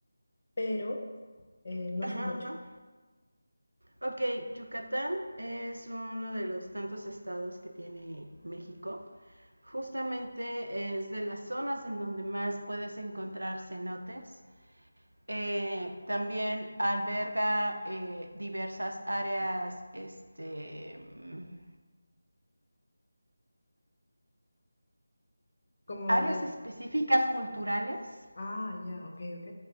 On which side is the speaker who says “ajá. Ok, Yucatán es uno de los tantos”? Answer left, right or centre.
Right